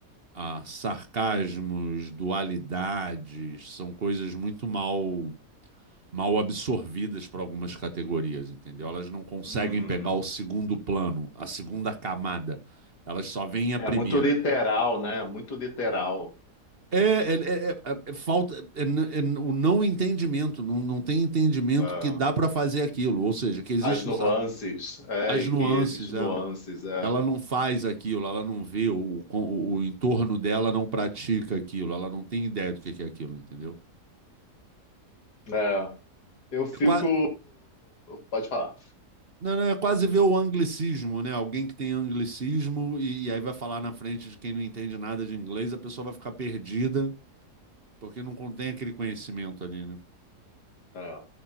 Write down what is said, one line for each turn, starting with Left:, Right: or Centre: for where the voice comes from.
Right: ah, sarcasmos, dualidades, são coisas muito mal mal absorvidas para algumas categorias, entendeu? Elas não conseguem
Left: uhum.
Right: pegar o segundo plano, a segunda camada. Elas só veem a
Left: É
Right: primeira.
Left: muito literal, né? Muito literal.
Right: É, é, é, é, é falta é n- é n- o não entendimento, não, não tem entendimento
Left: ah,
Right: que dá para fazer aquilo, ou seja, que existe
Left: as nuances,
Right: o sar-
Left: é,
Right: as
Left: e
Right: nuances,
Left: que existem
Right: é.
Left: nuances. É,
Right: Ela não faz aquilo, ela não vê o, o, o entorno dela, não pratica aquilo, ela não tem ideia do que que é aquilo, entendeu?
Left: É. eu fico.
Right: É qua-
Left: Pode falar.
Right: Não, não, é quase ver o anglicismo, né? Alguém que tem anglicismo e, e aí vai falar na frente de quem não entende nada de inglês, a pessoa vai ficar perdida, porque não contém aquele conhecimento ali, né?
Left: É.